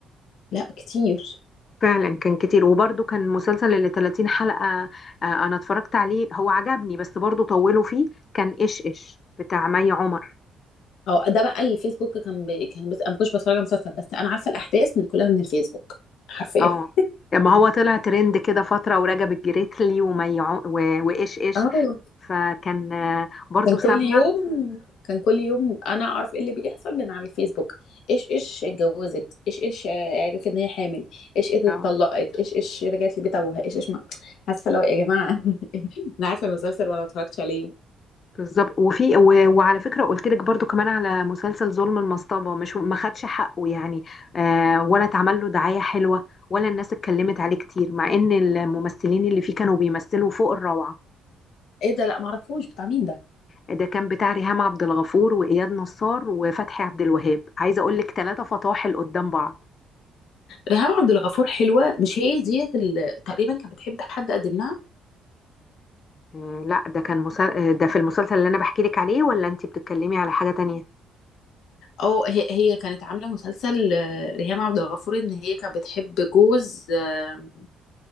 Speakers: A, on the left; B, on the left.
A: لا كتير
B: فعلا كان كتير وبرده كان مسلسل اللي 30 حلقة آه، انا اتفرجت عليه هو عجبني بس برده طولوا فيه كان ايش ايش بتاع مي عمر
A: او ده بقى الفيسبوك كان ب... كان بس انا ما كنتش بتفرج على مسلسل بس انا عارفه الاحداث من كلها من الفيسبوك حرفيا
B: اه ما هو طلع ترند كده فترة ورجب الجريتلي ومي عم... و... وايش ايش
A: اه
B: فكان برده
A: كان كل
B: سمع
A: يوم كان كل يوم انا اعرف ايه اللي بيحصل من على الفيسبوك ايش ايش اتجوزت ايش ايش عرفت ان هي حامل ايش ايش اتطلقت
B: آه.
A: ايش ايش رجعت لبيت ابوها ايش ايش ما عارفه لو يا جماعه <laughs> انا عارفه المسلسل وانا ما اتفرجتش عليه
B: بالظبط وفي و- وعلى فكره قلت لك برضو كمان على مسلسل ظلم المصطبه مش ما خدش حقه يعني آه ولا اتعمل له دعايه حلوه ولا الناس اتكلمت عليه كتير مع ان الممثلين اللي فيه كانوا بيمثلوا فوق الروعه
A: ايه ده لا ما اعرفوش بتاع مين ده
B: ده كان بتاع ريهام عبد الغفور واياد نصار وفتحي عبد الوهاب عايزه اقول لك ثلاثه فطاحل قدام بعض
A: ريهام عبد الغفور حلوه مش هي ديت ال- تقريبا كانت بتحب حد قدم لها
B: آه لا ده كان مسل... آه، ده في المسلسل اللي انا بحكي لك عليه ولا انت بتتكلمي على حاجه تانية
A: او هي هي كانت عامله مسلسل آه، ريهام عبد الغفور ان هي كانت بتحب جوز آه،